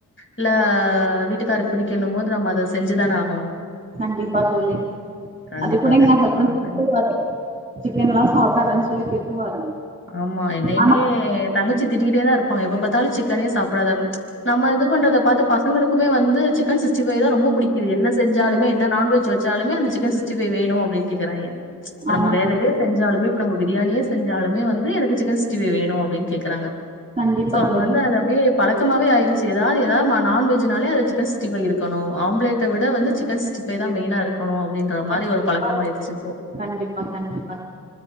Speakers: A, on the left; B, on the right.
A: இல்ல வீட்க்காருக்கு பிடிக்கினு போது நம்ம அத செஞ்சுதான ஆகணு
B: கண்டிப்பா தோழி
A: கண்டிப்பா,
B: அதுகூட எங்க
A: கண்டிப்பா.
B: ஹஸ்பெண்டு
A: அப்படிதான்.
B: திட்டுவாரு சிக்கன்லா சாப்டாதான் சொல்லி திட்டுவாரு
A: ஆமா என்னையுமே
B: ஆனா
A: தங்கச்சி திட்டிக்குட்டேதா இருப்பாங்க எப்ப பாத்தாலு சிக்கனே சாப்டாத நம்ம இது பண்றத பாத்து பசங்களுக்கு வந்து சிக்கன் சிக்ஸ்டி ஃபைவ்தா ரொம்ப புடிக் கிது என்ன செஞ்சாலுமே என்ன நான்வெஜ் வெச்சாலுமே அந்த சிக்கன் சிக்ஸ்டி ஃபைவ் வேணு அப்டின் கேக்குறாய்ங்க இப்ப நம்ம
B: ஆமா
A: வேற
B: தோழி
A: எதையே செஞ்சாலுமே இப்ப நம்ம பிரியாணியே செஞ்சாலுமே வந்து எனக்கு சிக்கன் சிக்ஸ்டி ஃபைவ் வேணு அப்டின் கேக்குறாங்க
B: கண்டிப்பா
A: சோ அது
B: தோழி
A: வந்து அது அப்டியே பழக் கமாவே ஆய்ருச்சு எதாது எதா ம நான்வெஜ் நாலே அந்த சிக்கன் சிக்ஸ்டி ஃபைவ் இருக்கணு ஆம்லேட்டவிட வந்து சிக்கன் சிக்ஸ் டி ஃபைவ்தா மெய்னா இருக்கணு அப்டின்ற மாரி
B: கண்டிப்பா
A: ஒரு பழக்கமாய்ருச்சு
B: தோழி.
A: இப்போ
B: கண்டிப்பா கண்டிப்பா